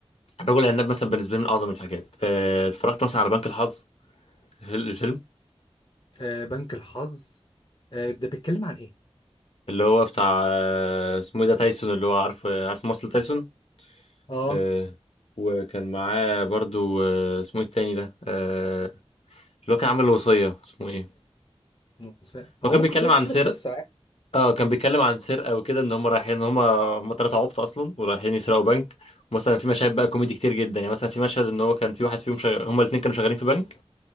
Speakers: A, on the left; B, on the left.
A: الرجل العناب مثلا بالنسبة لي من أعظم الحاجات آه، اتفرجت مثلا على بنك الحظ الفيل- الفيلم
B: آه بنك الحظ آه ده بيتكلم عن ايه؟
A: اللي هو بتاع آه، اسمه ايه ده تايسون اللي هو عارف آه، عارف ممثل تايسون
B: اه
A: آه، وكان معاه برضو آه، اسمه ايه التاني ده آه، اللي هو كان عامل الوصية اسمه ايه
B: مش فاهم. هو
A: هو كان
B: ممكن
A: بيتكلم
B: تقول
A: عن سر
B: لي القصه عادي
A: اه كان بيتكلم عن سرقه وكده ان هم رايحين ان هم هم ثلاثه عبط اصلا ورايحين يسرقوا بنك مثلا في مشاهد بقى كوميدي كتير جدا يعني مثلا في مشهد ان هو كان في واحد فيهم شغ... هم الاثنين كانوا شغالين في بنك